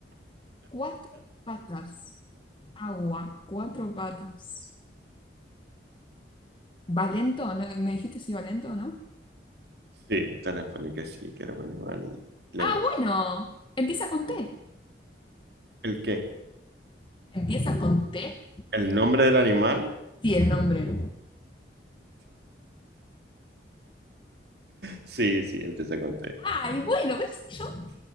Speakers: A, on the left; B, on the right.
A: Cuatro patas. Agua, cuatro patas. ¿Valento? ¿No? ¿Me dijiste si Valento o no?
B: <laughs> sí, te respondí que sí, que era un animal lento.
A: Ah, bueno. Empieza con T.
B: ¿El qué?
A: ¿Empieza con T?
B: ¿El nombre del animal?
A: Sí, el nombre.
B: Sí, sí, empieza con T.
A: Ay, bueno, ¿ves? Yo